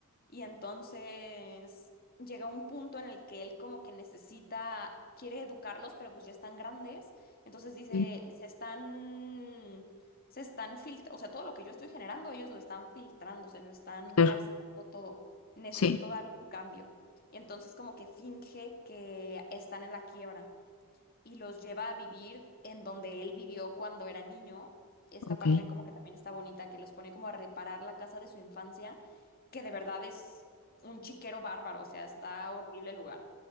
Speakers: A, on the left (about 45°); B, on the left (about 80°).
A: Y entonces llega un punto en el que él como que necesita, quiere educarlos, pero pues ya están grandes. Entonces dice,
B: ok,
A: se están se están filtrando, o sea, todo lo que yo estoy generando, ellos lo están filtrando, se lo están
B: claro,
A: gastando todo. Necesito
B: Sí,
A: darle un cambio. Y entonces como que finge que están en la quiebra y los lleva a vivir en donde él vivió cuando era niño. Esta
B: ok,
A: parte como que también está bonita, que los pone como a reparar la casa de su infancia, que de verdad es un chiquero bárbaro, o sea, está horrible el lugar.